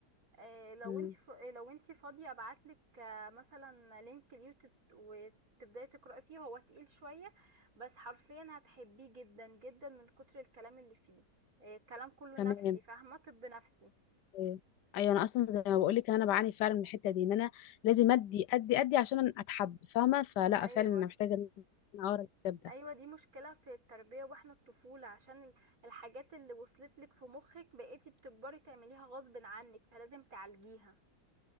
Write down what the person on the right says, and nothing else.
آه، لو
انت ف... آه، لو انت فاضيه ابعتلك آه، مثلا لينك اليوتيوب وتبداي تقراي فيه هو تقيل شويه بس حرفيا هتحبيه جدا جدا من كتر الكلام اللي فيه آه، الكلام كله
نفسي فاهمه طب نفسي
ايوه
ايوه دي مشكله في التربيه واحنا الطفوله عشان ال- الحاجات اللي وصلت لك في مخك بقيتي بتكبري تعمليها غصب عنك فلازم تعالجيها